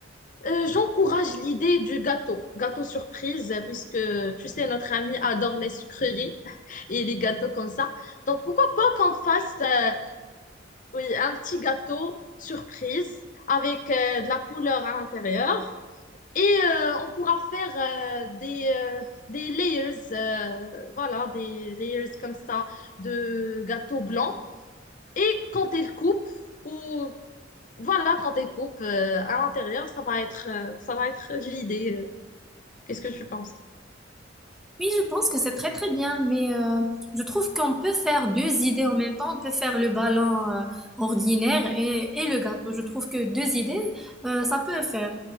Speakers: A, on the left; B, in the centre.
A: euh, j'encourage l'idée du gâteau, gâteau surprise, puisque tu sais, notre ami adore les sucreries <laughs> et les gâteaux comme ça. Donc pourquoi pas qu'on fasse euh, oui, un petit gâteau surprise avec euh, de la couleur à l'intérieur. Et euh, on pourra faire euh, des, euh, des layers, euh, voilà, des layers comme ça de gâteau blanc. Et quand elle coupe, ou voilà, quand elle coupe euh, à l'intérieur, ça va être, euh, ça va être l'idée. Euh, Qu'est-ce que tu penses?
B: Oui, je pense que c'est très très bien, mais euh, je trouve qu'on peut faire deux idées en même temps. On peut faire le ballon euh, ordinaire et, et le gâteau. Je trouve que deux idées, euh, ça peut le faire.